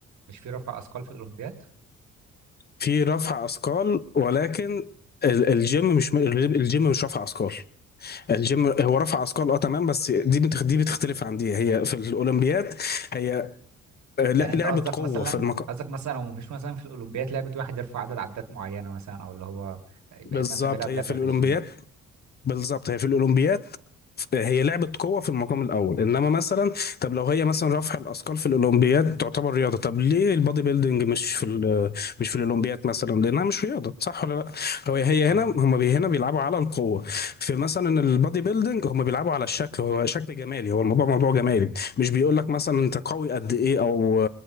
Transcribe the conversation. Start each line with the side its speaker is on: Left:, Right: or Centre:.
Right: مش في رفع اثقال في الاولمبياد
Left: في رفع اثقال ولكن ال- الجيم مش م- الجيم مش رفع اثقال الجيم هو رفع اثقال اه تمام بس دي بتخ- دي بتختلف عن دي هي في الاولمبياد هي ل-
Right: يعني انت
Left: لعبة
Right: قصدك
Left: قوة
Right: مثلا
Left: في المك...
Right: قصدك مثلا لو مش مثلا في الاولمبياد لعبة واحد يرفع عدد عدات معينة مثلا او اللي هو يبقى
Left: بالظبط
Right: مثلا بيلعب
Left: هي
Right: لعبة
Left: في الاولمبياد
Right: في الجيم
Left: بالظبط هي في الاولمبياد هي لعبه قوه في المقام الاول انما مثلا طب لو هي مثلا رفع الاثقال في الاولمبياد تعتبر رياضه طب ليه البادي بيلدينج مش في ال- مش في الاولمبياد مثلا لانها مش رياضه صح ولا لا هو هي
Right: اه
Left: هنا هم بي هنا بيلعبوا على القوه في مثلا البادي بيلدينج هم بيلعبوا على الشكل هو شكل جمالي هو الموضوع موضوع جمالي مش بيقول لك مثلا انت قوي قد ايه او